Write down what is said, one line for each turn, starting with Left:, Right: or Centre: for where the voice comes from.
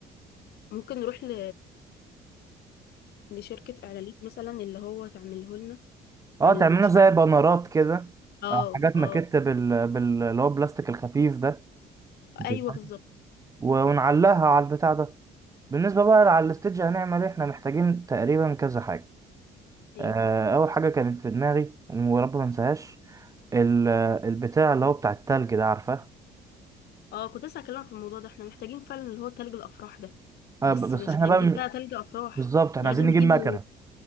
Left: ممكن نروح ل... لشركة اعلانات مثلا اللي هو تعمله لنا تعمل
Right: اه تعملنا
Left: مش
Right: زي
Left: عارفة
Right: بانرات كده
Left: اه
Right: آه، حاجات ماكيت
Left: اه
Right: بال... بال... اللي هو البلاستيك الخفيف ده انت
Left: ايوه
Right: فاهم؟
Left: بالظبط
Right: و- ونعلقها على البتاع ده بالنسبة بقى على الستيدج هنعمل ايه احنا محتاجين تقريبا كذا حاجة
Left: ايه
Right: آه، اول حاجة كانت في دماغي ورب ما انساهاش ال... البتاع اللي هو بتاع التلج ده عارفاه
Left: اه كنت لسه هكلمك في الموضوع ده احنا محتاجين فعلا اللي هو تلج الافراح ده
Right: آه،
Left: بس
Right: ب- بس
Left: مش
Right: احنا
Left: هنجيب
Right: بقى م-
Left: بقى تلج افراح
Right: بالظبط احنا
Left: إحنا لازم
Right: عايزين
Left: نجيبه
Right: نجيب مكنة